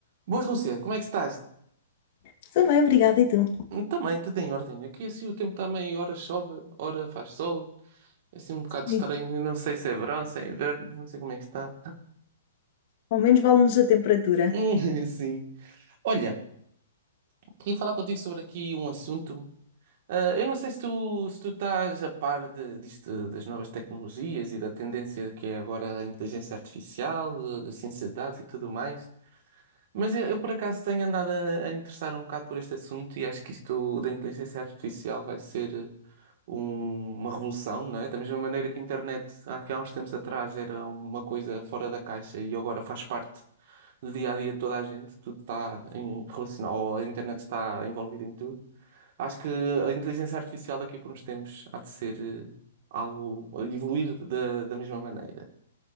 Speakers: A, on the right; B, on the left.
A: Boas, Lúcia, como é que estás?
B: Estou bem, obrigada. E tu?
A: Também, tudo em ordem. Aqui assim o tempo também, ora chove, ora faz sol. É Assim um bocado
B: Sim.
A: estranho, não sei se é verão, se é inverno, não sei como é que está.
B: Ao menos vale-nos a temperatura.
A: <laughs> Sim. Olha, queria falar contigo sobre aqui um assunto. Ah, eu não sei se tu, se tu estás a par de, disto, das novas tecnologias e da tendência que é agora a inteligência artificial, da da ciência de dados e tudo mais. Mas eu, eu, por acaso tenho andado a, a interessar um bocado por este assunto e acho que isto da inteligência artificial vai ser. um- uma revolução, não é? Da mesma maneira que a internet há, que há uns tempos atrás era uma coisa fora da caixa e agora faz parte do dia a dia de toda a gente, tudo está em- relacionado, ou a internet está envolvida em tudo. Acho que a inteligência artificial daqui por uns tempos há de ser eh, algo, evoluir da, da mesma maneira.